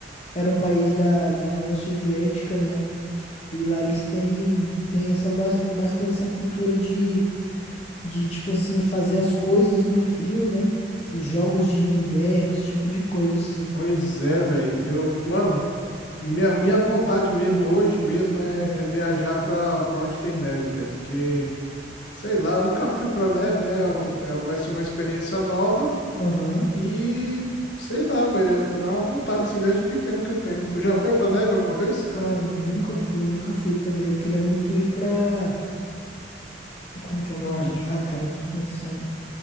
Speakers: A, on the left; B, on the left.
A: era um país da, da União Soviética, né? E lá eles têm, têm essa, bas- bastante essa cultura de de tipo assim, fazer as coisas no frio, né? Os jogos de inverno, esse tipo de coisa assim.
B: Pois é, velho. Eu, mano, minha, minha vontade mesmo, hoje mesmo, é, é viajar pra, pra onde tem neve, velho. Porque. Sei lá, eu nunca fui pra neve, né? Eu- Ela vai ser uma experiência nova
A: Aham.
B: e sei lá, velho, é uma vontade assim desde pequeno que eu tenho. Tu já foi pra neve alguma vez?
A: Cara, nunca fui, nunca fui também. Eu queria muito ir pra. Como que é o nome
B: Pra onde?
A: de lá, cara? Eu tô pensando.